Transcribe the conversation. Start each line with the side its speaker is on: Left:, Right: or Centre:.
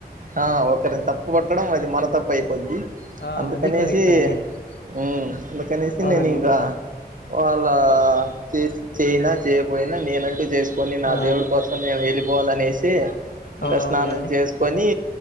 Right: ఆ ఒకరిని తప్పు పట్టడం అది మన తప్పైపోద్ది
Left: ఆ
Right: అందుకనేసి
Left: అది కరెక్ట్ అండి
Right: మ్ అందుకనేసి
Left: అవునండి
Right: నేను ఇంకా వల్ లా చే స్ చేయపోయినా నేనంటూ చేసుకుని నా
Left: ఆ
Right: దేవుడి కోసం నేను వె పోవలనేసి ఇంకా
Left: అవునవునులేండి
Right: స్నానం చేస్ కొని